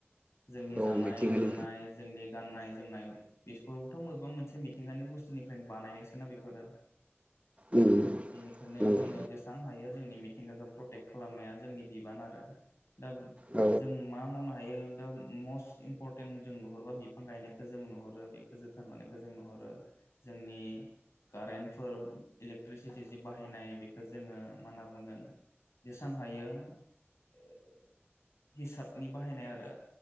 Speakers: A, on the left; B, on the right.
A: जोंनि
B: औ
A: जानाय
B: मिथिंगानि
A: लोंनाय जोंनि गाननाय जोमनाय बेबोथ बबेबा मोनसे मिथिंगानि बुस्थुनिफ्राय बानायनायसोना बेफोरो
B: उम
A: बेनिखायनो
B: नंगौ
A: जोंङो जेसेबां हायो जोंनि मिथिंगाखौ प्रटेक खालामनाया जोंनि बिबान आरो दा
B: औ
A: जों मा मावनो हायो दा मस्ट इम्परटेन्ट जों नुहरोबा बिफां गायनायखौ जों नुहरो बेखौ जोथोनलानायखो जों नुहरो जोंनि कारेन्टफोर इलेक्ट्रिसिटि जि बाहायनाय बेखौ जोंङो मा होनना बुंगोन जेसेबां हायो <inaudible> हिसाबनि बाहायनाय आरो